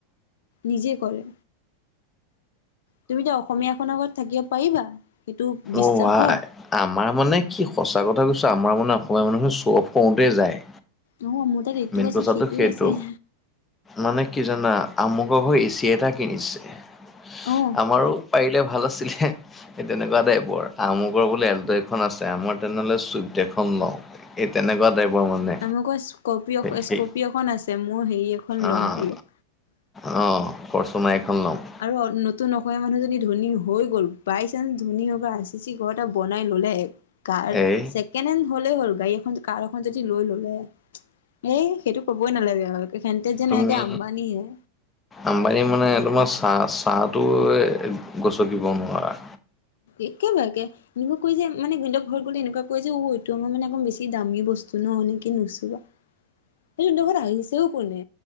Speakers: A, on the left (about 75°); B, on the left (about 15°).
A: নিজে কৰে। তুমি এতিয়া অসমীয়া খনৰ আগত থাকিব পাৰিবা? সেইটো বিশ্বাসত
B: অঁ আই। আমাৰ মানে কি সঁচা কথা কৈছো আমাৰ মানে অসমীয়া মানুহখিন চ অফ কৰোতে যায়।
A: নহ মোৰ তাত এইটোও
B: মেইন
A: আছে
B: কথাটো
A: সিটোও
B: সেইটো
A: আছে।
B: মানে কি জানা আমুকৰ ঘৰত এচি এটা কিনিছে।
A: অ
B: আমাৰো পাৰিলে ভাল আছিলে সেই তেনেকুৱা টাইপৰ। আমুকৰ বোলে এলট- খন আছে আমাৰ তেনেহলে চুইপ্ত এখন লওঁ এই তেনেকুৱা টাইপৰ মানে।
A: নোক স্কৰপিও
B: সেই
A: স্কৰপিও এখন আছে মোৰ হেৰি এখন
B: আহ
A: লম বুলে।
B: আহ ফৰচুনাৰ এখন ল'ম।
A: আৰু নতুন অ অসমীয়া মানুহজনী ধনী হৈ গল বাই চান্স ধনী হব আচিচি ঘৰ এটা বনাই ললে- কাৰ
B: এই
A: চেক- কেনেন হ'লেই হ'ল গাড়ী এখন কাৰ এখন যদি লৈ ললে এ সেইটো কবই নালাগে আৰু। সেন্তে যেন
B: তুমি,
A: একে আম্বানীহে
B: আম্বানী মানে তোমাৰ চাঁহ চাঁহটো গচকিব নোৱাৰা।
A: একে লাগে। এনেকুৱা কয় যে মানে হেঁত ঘৰত গ'লে এনেকুৱা কয় যে এইটো মাৰ মানে বেছি দামী বস্তু ন এনেকে নুচুবা। সেইট ঘৰত আহিছেও কোনে